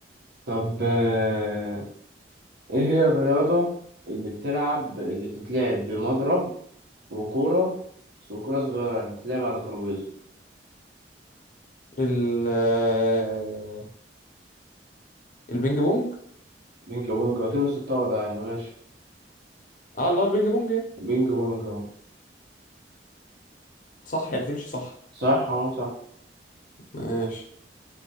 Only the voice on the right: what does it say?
طب آه، إيه هي الرياضة اللي بتلعب اللي بتتلعب بمضرب وكورة بس وكورة صغيرة يعني بتلعب على ترابيزة
بينج بونج وتنس الطاولة يعني ماشي
بينج بونج أهو.
صح اه صح